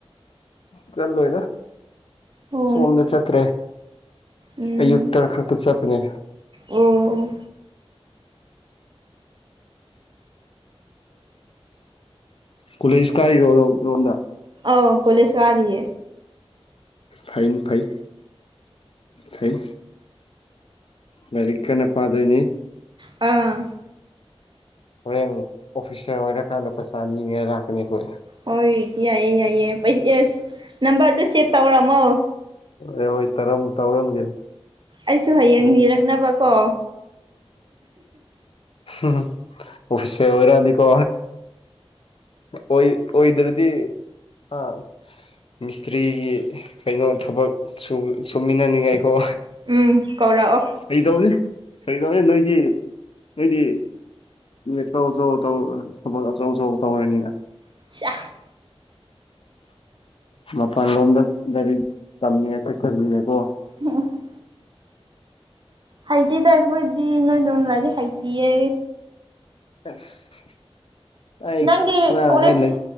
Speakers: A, on the left; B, on the right.
A: ꯆꯠꯂꯣꯏꯗ
B: ꯑꯣ
A: ꯁꯣꯝꯗ ꯆꯠꯇ꯭ꯔꯦ
B: ꯎꯝ
A: ꯑꯌꯨꯛꯇ ꯈꯛꯇ ꯆꯠꯄꯅꯦ
B: ꯑꯣ
A: ꯀꯨꯂꯦꯁ ꯀꯥꯏꯔꯣ ꯔꯣ ꯔꯣꯝꯗ
B: ꯑꯣ ꯀꯣꯂꯦꯁ ꯀꯔꯤꯌꯦ
A: ꯐꯥꯏꯟ ꯐꯩ ꯐꯩ ꯂꯥꯏꯔꯤꯛ ꯀꯟꯅ ꯄꯥꯗꯣꯏꯅꯤ
B: ꯑꯥ
A: ꯍꯣꯔꯦꯟ ꯑꯣꯐꯤꯁꯥꯔ ꯑꯣꯏꯔꯀꯥꯟꯗ ꯄꯩꯁꯥ ꯅꯤꯅꯤꯡꯉꯥꯏ ꯂꯥꯛꯀꯅꯤ ꯑꯩꯈꯣꯏ
B: ꯍꯣꯏ ꯌꯥꯏꯌꯦ ꯌꯥꯏꯌꯦ ꯄꯩ ꯑꯁ ꯅꯝꯕꯔꯗꯨ ꯁꯦꯚ ꯇꯧꯔꯝꯃꯣ
A: ꯑꯣ ꯍꯣꯏ ꯇꯔꯝ ꯇꯧꯔꯝꯒꯦ
B: ꯑꯩꯁꯨ ꯍꯌꯦꯡ
A: ꯅꯦꯛꯁ
B: ꯅꯤꯔꯛꯅꯕꯀꯣ
A: ꯎꯝ ꯑꯣꯐꯤꯁꯦꯜ ꯑꯣꯏꯔꯛꯑꯗꯤꯀꯣ ꯑꯣꯏ ꯑꯣꯏꯗ꯭ꯔꯗꯤ ꯑꯥ ꯃꯤꯁꯇ꯭ꯔꯤꯒꯤ ꯀꯩꯅꯣ ꯊꯕꯛ ꯁꯨ ꯁꯨꯃꯤꯟꯅꯅꯤꯡꯉꯥꯏꯀꯣ
B: ꯎꯝ ꯀꯧꯔꯛꯑꯣ
A: ꯐꯒꯤꯗꯧꯅꯤ ꯐꯒꯤꯇꯧꯎꯅꯤ ꯅꯣꯏ ꯗꯤ ꯅꯣꯏꯗꯤ ꯑꯆꯧ ꯑꯆꯧ ꯇꯧꯔ ꯊꯕꯛ ꯑꯆꯧ ꯑꯆꯧꯕ ꯇꯧꯔꯅꯤꯕ
B: <unintelligible>
A: ꯃꯄꯥꯟ ꯂꯣꯝꯗ ꯂꯥꯏꯔꯤꯛ ꯇꯝꯅꯤꯡꯉꯥꯏ ꯆꯠꯈ꯭ꯔꯃꯤꯅꯀꯣ
B: <unintelligible> ꯍꯩꯇꯦꯗ ꯑꯩꯈꯣꯏꯗꯤ ꯅꯣꯏꯗꯣ ꯂꯥꯏꯔꯤꯛ ꯍꯩꯇꯤꯌꯦ
A: ꯑꯁ ꯑꯩ
B: ꯅꯪꯗꯤ
A: ꯀꯅꯥꯅ
B: ꯀꯣꯂꯤꯁ
A: ꯑꯩ ꯂꯩ